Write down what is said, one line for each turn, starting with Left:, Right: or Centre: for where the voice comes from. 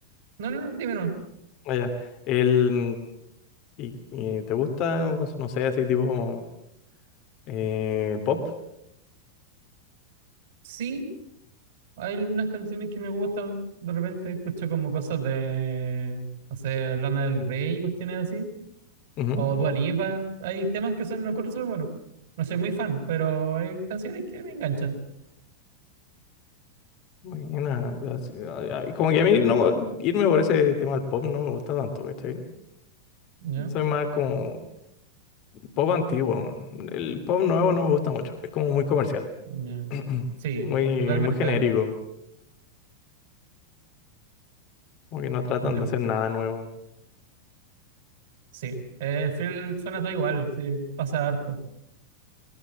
Right: No, no, no, dime no.
Left: Allá. El, ¿Y, y te gusta, pues, no sé, así tipo eh, pop?
Right: Sí, hay algunas canciones que me gustan. De repente escucho como cosas de, no sé, Lana del Rey y cuestiones así.
Left: Ujú.
Right: O Dua Lipa. Hay temas que son, los encuentro súper buenos. No soy muy fan, pero hay canciones que me enganchan.
Left: Buena. así, ay, ay, como que a mí no, irme por ese tema del pop no me gusta tanto, ¿cachai?
Right: ¿Ya?
Left: Soy más como pop antiguo. weón. El pop nuevo no me gusta mucho. Es como muy comercial.
Right: ¿Ya?
Left: <clears throat>
Right: Sí,
Left: Muy,
Right: totalmente.
Left: muy genérico. Como que no tratan
Right: De-
Left: de hacer nada nuevo.
Right: Sí. Eh, Al final suena todo igual. Sí, pasa harto.